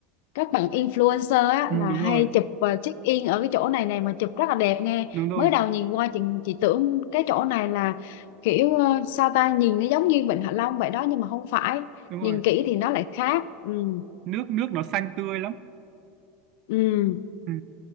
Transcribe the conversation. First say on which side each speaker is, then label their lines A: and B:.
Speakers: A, on the left; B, on the right.
A: các bạn influencer á
B: Ừ,
A: là
B: đúng
A: hay
B: rồi,
A: chụp và check in ở cái chỗ này này mà chụp rất là đẹp nghe
B: đúng rồi,
A: mới đầu nhìn qua chị chị tưởng cái chỗ này là kiểu ờ, sao ta nhìn nó giống như Vịnh Hạ Long vậy đó nhưng mà không phải
B: đúng
A: nhìn
B: rồi.
A: kỹ thì nó lại khác ừ
B: Nước nước nó xanh tươi lắm.
A: ừ
B: Ừ.